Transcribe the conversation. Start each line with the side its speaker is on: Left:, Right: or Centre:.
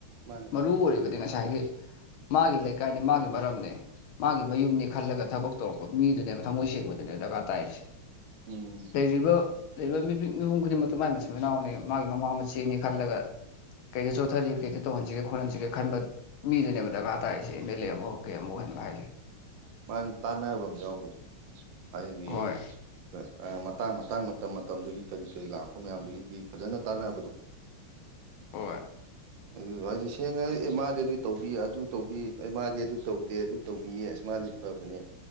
Right: ꯃꯥꯅꯦ
Left: ꯃꯔꯨ ꯑꯣꯏꯔꯤꯕ ꯗꯤ ꯉꯁꯥꯏꯒꯤ ꯃꯥꯒꯤ ꯂꯩꯀꯥꯏꯅꯤ ꯃꯥꯒꯤ ꯃꯔꯝꯅꯤ ꯃꯥꯒꯤ ꯃꯌꯨꯝꯅꯤ ꯈꯜꯂꯒ ꯊꯕꯛ ꯇꯧꯔ ꯃꯤꯗꯨꯅꯦꯕ ꯊꯃꯣꯏ ꯁꯦꯡꯕꯗꯨꯅꯦ ꯗꫪꯀꯥꫪ ꯇꯥꯏꯁꯦ
Right: ꯎꯝ
Left: ꯂꯩꯔꯤꯕ ꯂꯩꯔꯤꯕ ꯃꯤꯄꯤ ꯃꯤꯄꯨꯝ ꯈꯨꯗꯤꯡꯃꯛꯇ ꯃꯥꯢ ꯃꯆꯤꯟ ꯃꯅꯥꯎꯅꯤ ꯃꯥꯒꯤ ꯃꯃꯥ ꯃꯆꯦꯅꯤ ꯈꯜꯂꯒ ꯀꯩꯗ ꯆꯣꯠꯊꯔꯤ ꯀꯩꯗ ꯇꯧꯍꯟꯁꯤꯒꯦ ꯈꯣꯠꯍꯟꯁꯤꯒꯦ ꯈꯟꯕ ꯃꯤꯗꯨꯅꯦꯕ ꯗꯔꯀꯥꯔ ꯇꯥꯏꯔꯤꯁꯦ ꯑꯦꯝ ꯑꯦꯜ ꯑꯦ ꯑꯃ ꯀꯩ ꯑꯃꯛ ꯑꯣꯏ ꯍꯥꯏꯖꯦ
Right: ꯃꯥꯅꯦ ꯇꯥꯟꯅꯕꯝ ꯌꯥꯎꯕꯗꯣ ꯑꯩꯒꯤ
Left: ꯍꯣꯏ
Right: ꯑꯥ ꯃꯇꯥꯡ ꯃꯇꯥꯡ ꯇꯝ ꯃꯇꯝꯗꯨꯒꯤ ꯀꯔꯤ ꯀꯔꯤ ꯂꯥꯛꯄ ꯃꯌꯥꯝꯗꯨꯒꯤ ꯐꯖꯅ ꯇꯥꯟꯅꯕꯗꯣ
Left: ꯍꯣꯏ
Right: ꯑꯗꯨ ꯍꯥꯏꯗꯤ ꯁꯦꯡꯉ ꯍꯥꯢ ꯑꯦ ꯃꯥꯗꯤ ꯑꯗꯨ ꯇꯧꯕꯤ ꯑꯗꯨ ꯇꯧꯕꯤ ꯑꯩ ꯃꯥꯗꯤ ꯑꯗꯨ ꯇꯧꯗꯦ ꯑꯗꯨ ꯇꯧꯕꯤꯌꯦ ꯑꯁ ꯃꯥꯗꯤ ꯐꯕꯅꯦ